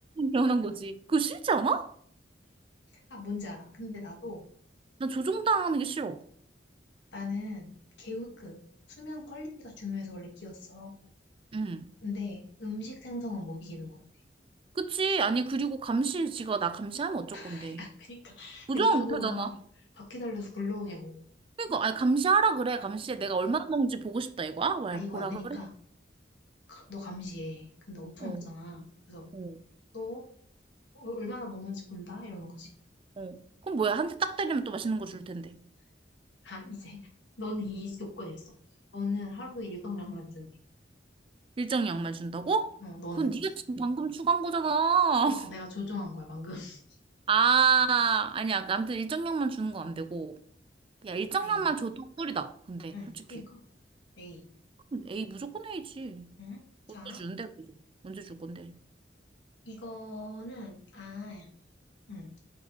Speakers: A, on the right; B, on the left.
A: 개운한 거지. 그거 싫지 않아?
B: 아, 뭔지 알아. 근데 나도,
A: 나 조종당하는 게 싫어.
B: 나는 개운, 그, 수면 퀄리티가 중요해서 원래 끼웠어.
A: 응.
B: 근데 음식 생성은 못 이기는 것 같아.
A: 그치? 아니, 그리고 감시지가 나 감시하면 어쩔
B: <laughs>
A: 건데.
B: 아, 그니까,
A: 조종을
B: 냉장고가
A: 못 하잖아.
B: 바퀴 달려서 굴러오냐고.
A: 그러니까, 아니, 감시하라 그래. 감시해. 내가 얼마나 먹는지 보고 싶다, 이거야? 왜,
B: 아, 이거야.
A: 보라
B: 그니까,
A: 그래?
B: 너 감시해. 근데 엄청
A: 어,
B: 먹잖아. 그래서,
A: 어,
B: 너 얼- 얼마나 먹는지 본다? 이러는 거지.
A: 어. 그럼 뭐야? 한 대 딱 때리면 또 맛있는 거 줄 텐데.
B: 아, 이제, <laughs> 너는 이 조건이었어. 너는 하루에 일정량만 준대.
A: 일정 양말 준다고?
B: 어, 너는.
A: 그건 네가 지금 방금 추가한 거잖아.
B: 그니까
A: <laughs>
B: 내가 조종한 거야, 방금. <laughs>
A: 아, 아니야. 아무튼 일정 양만 주는 건 안 되고. 야, 일정
B: 에이.
A: 양만 줘도 꿀이다. 근데,
B: 응,
A: 솔직히.
B: 그니까. 에이.
A: 그럼 A, 무조건 A지.
B: 응? 자.
A: 언제 주는데, 그거? 언제 줄 건데?
B: 이거는, 아, 음.